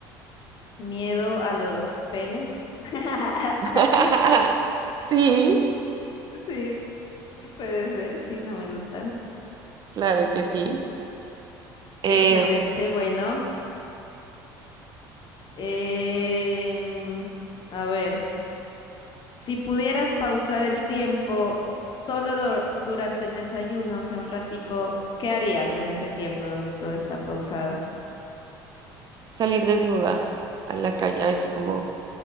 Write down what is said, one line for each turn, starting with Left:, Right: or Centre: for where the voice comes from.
Left: miedo a los penes. <laughs>
Right: <laughs> Sí,
Left: Sí, puede ser, sí, no me gustan.
Right: claro que sí. Eh,
Left: Excelente, bueno. em, a ver, si pudieras pausar el tiempo solo dur- durante el desayuno, o sea, un ratico, ¿qué harías en ese tiempo donde todo está pausado?
Right: salir desnuda a la calle, así como,